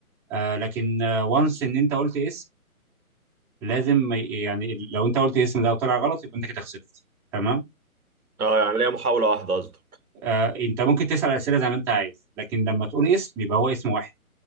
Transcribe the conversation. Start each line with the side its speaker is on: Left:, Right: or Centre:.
Centre: آه، لكن وانس ان انت قلت اسم لازم ما ي- يعني لو انت قلت الاسم ده وطلع غلط يبقى انت كده خسرت تمام
Right: اه يعني ليا محاولة واحدة قصدك
Centre: آه انت ممكن تسال اسئله زي ما انت عايز لكن لما تقول اسم يبقى هو اسم واحد